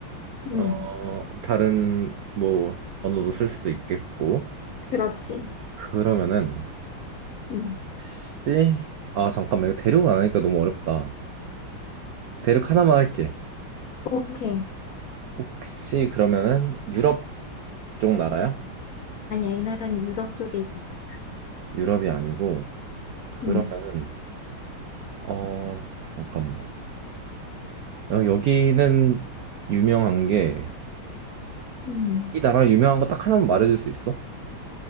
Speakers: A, on the right (about 85°); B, on the left (about 80°).
A: 어,
B: 음,
A: 다른 뭐 언어도 쓸 수도 있겠고.
B: 그렇지.
A: 그러면은
B: 음,
A: 혹시 아 잠깐만 이거 대륙을 안 하니까 너무 어렵다. 대륙 하나만 할게.
B: 오케이.
A: 혹시 그러면은 유럽 쪽 나라야?
B: 아니야, 이 나라는 유럽 쪽에 있잖아.
A: 유럽이 아니고 그러면은
B: 음,
A: 어 잠깐만. 어, 여기는 유명한 게
B: 음.
A: 이 나라 유명한 거 딱 하나만 말해줄 수 있어?